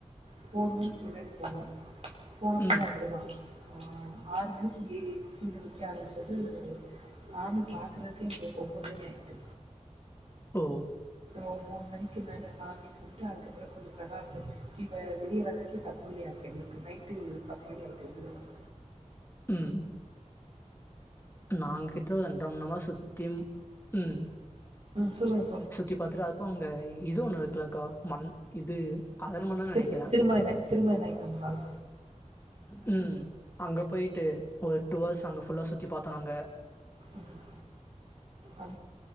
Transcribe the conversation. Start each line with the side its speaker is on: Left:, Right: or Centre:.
Right: ஃபோர் மினிட்ஸ் முன்னாடி <unintelligible> போனப்பவும்
Left: ம்
Right: அப்படிதா ஆ ஆறு மணிக்கு எ கியூல நிக்க ஆரம்பிச்சது சாமி பாக்குறதுக்கே எங்களுக்கு ஒன்பது மணி ஆயிட்டு
Left: ஓ
Right: ஒரு மூணு மணிக்கு மேல சாமியை கூம்ட்டு அதுக்குப் அப்புறோ கொஞ்சம் பிரகாரத்த சுத் இப்ப வெளியே வரதுக்குகே பத்து மணி ஆச்சு எங்களுக்கு நைட்டு பத்து மணி ஆயிட்டு வெளியில வர
Left: ம் நாங் கிட்ட ஒரு ரெண்டர மணி நேரமா சுத்தி ம்
Right: ம் சொல்லுங்க
Left: சுத்தி பாத்துட்டு அதுகப்பு அங்க இது ஒண்ணு இருக்கலக்கா மண் இது அரண்மனன்னு
Right: திரு
Left: நெனைக்கிறேன்.
Right: திருமலை நாய் திருமலை நாயக்கர் மஹால்
Left: ம் அங்க போயிட்டு ஒரு டூ ஹார்ஸ் அங்க ஃபுல்லா சுத்தி பாத் தொனங்க
Right: ம் அ